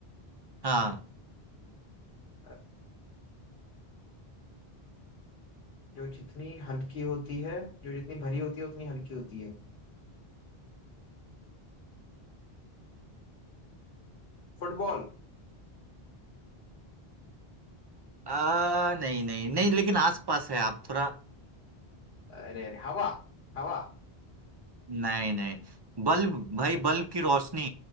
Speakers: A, on the right (about 45°); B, on the left (about 80°).
A: हाँ
B: अ, जो जितनी हल्की होती है जो जितनी भरी होती है उतनी हल्की होती है फुटबॉल
A: आ, नहीं नहीं नहीं लेकिन आसपास है आप थोड़ा
B: अरे अरे हवा हवा
A: नहीं नहीं बल्ब भाई बल्ब की रोशनी